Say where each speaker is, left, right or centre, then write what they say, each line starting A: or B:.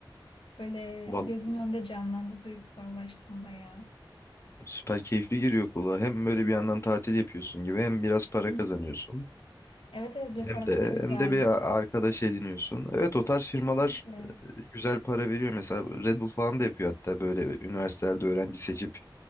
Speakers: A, on the left; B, on the left.
A: böyle
B: Vallahi
A: gözümün önünde canlandı, duygusallaştım bayağı.
B: süper keyifli geliyor kulağa. Hem böyle bir yandan tatil yapıyorsun gibi hem biraz para
A: Hı hı.
B: kazanıyorsun.
A: Evet evet bir de
B: Hem
A: parası
B: de
A: da güzeldi.
B: hem de bir arkadaş ediniyorsun. Evet o tarz firmalar
A: Kesinlikle.
B: e, güzel para veriyor. Mesela Red Bull falan da yapıyor hatta böyle üniversitelerde öğrenci seçip